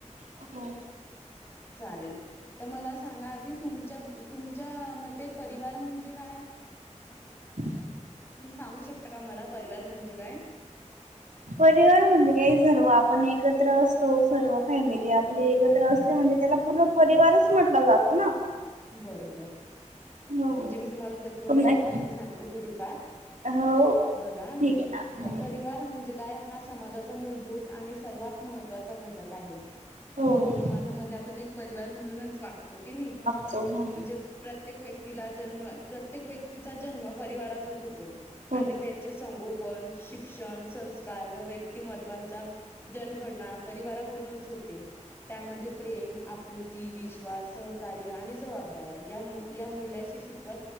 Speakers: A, on the right; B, on the left.
A: हो
B: चालेल तर मला सांगा आधी तुम तुमच्या मते परिवार म्हणजे काय.
A: <unintelligible>
B: तुम्ही सांगू शकता का मला परिवार म्हणजे काय.
A: परिवार म्हणजे काही सर्व आपण एकत्र असतो सर्व फॅमिली आपली एकत्र असली म्हणजे त्यात. आपला पूर्ण परिवारच म्हटलं जात ना.
B: बरोबर
A: हो
B: म्हणजे मी तुम्हाला त्यात थोडक्यात
A: पुन्हा एक
B: माहिती सांगते थोडीफार.
A: हो
B: बघा
A: ठीक आहे ना
B: म
A: हो
B: परिवार म्हणजे काय हा समाजाचा मूलभूत. आणि सर्वात महत्त्वाचा घटक आहे,
A: हो
B: म्हणजे समाजामध्ये आपण एक परिवार म्हणूनच. वागतो की नाही.
A: हो हो.
B: म्हणजे प्रत्येक व्यक्तीला जन्म प्रत्येक व्यक्तीचा जन्म परिवारातच होतो, आणि
A: हो
B: त्यांचे संगो पण शिक्षण संस्कार व व्यक्तिमत्वांचा जनगणना परिवाराकडूनच होते. त्यामध्ये प्रेम आपुलकी विश्वास सहकार्य आणि. द मूल्याची शिकवत.